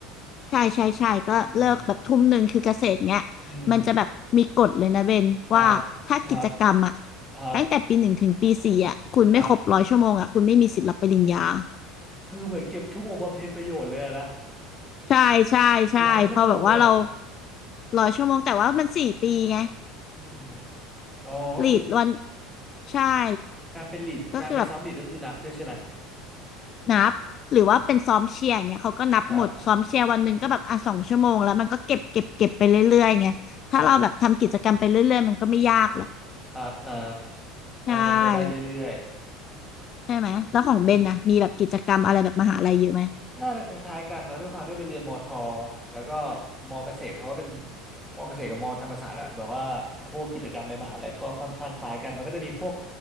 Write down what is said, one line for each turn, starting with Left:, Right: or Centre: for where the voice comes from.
Left: ใช่ใช่ใช่ก็เลิกแบบทุ่มหนึ่งคือเกษตรเงี้ย
Centre: อืมอืม
Left: มันจะแบบมีกฎเลยนะเบนว่าถ้ากิจกรรมอะ
Centre: ครับครับครับ
Left: ตั้งแต่ปีหนึ่งถึงปีสี่อะคุณไม่ครบร้อยชั่วโมงอะคุณไม่มีสิทธิ์รับปริญญา
Centre: ครับ คือเหมือนเก็บชั่วโมงบำเพ็ญประโยชน์เลยอะนะ
Left: ใช่ใช่ใช่พอแบบว่าเรา
Centre: ร้อยชั่วโมงเลยเหรอะ
Left: ร้อยชั่วโมงแต่ว่ามันสี่ปีไง
Centre: อืมอ๋อก็คือ
Left: ลีดวันใช่
Centre: การเป็นลีดการไปซ้อมลีดก็คือนับด้วยใช่ไหม
Left: ก็คือแบบนับหรือว่าเป็นซ้อมเชียร์อย่างเงี้ยเขาก็นับหมดซ้อมเชียร์วันหนึ่งก็แบบอ่ะสองชั่วโมงแล้วมันก็เก็บเก็บเก็บไปเรื่อยๆไงถ้าเราแบบทำกิจกรรมไปเรื่อยๆมันก็ไม่ยากหรอก
Centre: ไม่นะครับครับครับอ่า
Left: ใช่
Centre: มันก็ได้เรื่อย
Left: ใช่ไหมแล้วของเบนนะมีแบบกิจกรรมอะไรแบบมหาลัยเยอะไหม
Centre: ๆอืม น่าจะคล้ายๆกันเนอะด้วยความด้วยไปเรียนมอทอแล้วก็มอเกษตรเขาก็เป็นมอเกษตรกับมอธรรมศาสตร์อะแบบว่าเขาพวกกิจกรรมในมหาลัยก็ค่อนข้างคล้ายกันมันก็จะมีพวก